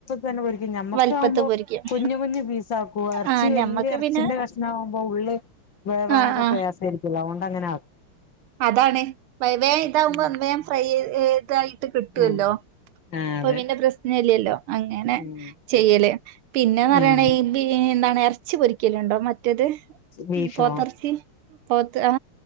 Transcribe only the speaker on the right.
വലുപ്പത്ത് പൊരിക്കും
ആഹ്
ഞമ്മക്ക്
പിന്നെ
ആഹ് ആഹ്
അതാണ് വേം ഇതാവുമ്പോ
അന്ന് വേം ഫ്രൈ ഇതായി കിട്ടുമല്ലോ
അപ്പൊ
പിന്നെ പ്രശ്നല്ലല്ലോ അങ്ങനെ
ചെയ്യല് പിന്നെന്ന് പറയാണെ
എന്താണ് ഇറച്ചി പൊരിക്കലുണ്ടോ പറ്റത്
പോത്തർച്ചി പോത്ത് ആ